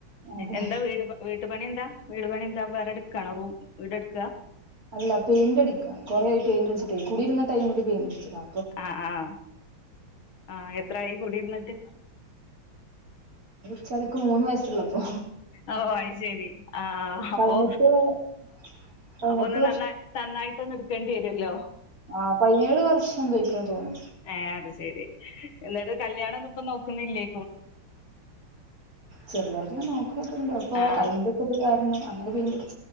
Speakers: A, on the right; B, on the left.
A: അതെ
B: എന്താ വീട്പ വീട്ട് പണി എന്താ വീട് പണി എന്താ വേറെ എടുക്കാണ റൂം വീട് എടുക്കുക
A: അല്ല പെയിന്റ് അടിക്കാണ്. കൊറെ ആയി പെയിന്റടിച്ചിട്ടേയ്. കുടിരുന്ന ടൈമില് പെയ്ൻ്റടിച്ചതാ
B: ആ ആഹ ആ എത്രായി കുടിര്ന്നിട്ട്
A: ച്ചത്ക്ക് മൂന്ന് വയസ്സ്ള്ളപ്പൊ
B: ഓ അയ്ശരി. ആഹ് അപ്പൊ
A: പതിനെട്ട് വയ- പതിനെട്ട്
B: അപ്പൊ ഒന്ന് നന്ന നന്നായിട്ടൊന്ന് എട്ക്കേണ്ടി വരുവല്ലോ?
A: ആഹ് പതിനേഴ് വർഷം എന്തോയ്ക്ക തോന്നു
B: ഏ അത് ശെരി. എന്നിട്ട് കല്യാണം ഒന്നും ഇപ്പ നോക്കുന്നില്ലേ?
A: ചെറ്തായിട്ടൊന്ന് നോക്ക്ണൊക്കെ ഇണ്ട്. അപ്പൊ
B: ആഹ്
A: അയിന്റക്കെത് കാ ണ് അങ്ങനെ പെയിന്റടി